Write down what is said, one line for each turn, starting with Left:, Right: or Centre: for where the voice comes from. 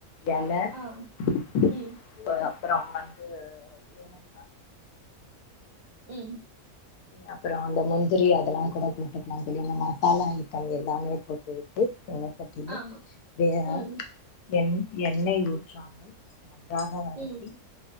Left: எல
Right: ஆ
Left: <unintelligible>
Right: ம்
Left: அப்புறம் வந்து ஏலக்கா
Right: ம்
Left: அப்புறோ அந்த முந்திரி அதெல்லா கூட போட்டுக்கலா தோழி அந்த மசாலா ஐட்ட எல்லாமே போட்டுவிட்டு எண்ணெ சட்டில
Right: ஆமா
Left: <unintelligible>
Right: ம்
Left: எண் எண்ணெய் ஊற்றாமல் நன்றாக வதக்கி
Right: ம்